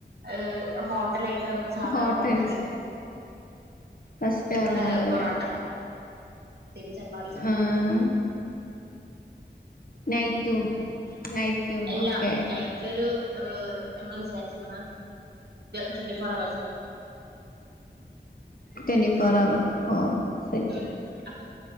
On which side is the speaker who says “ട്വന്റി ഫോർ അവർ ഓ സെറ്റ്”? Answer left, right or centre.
Left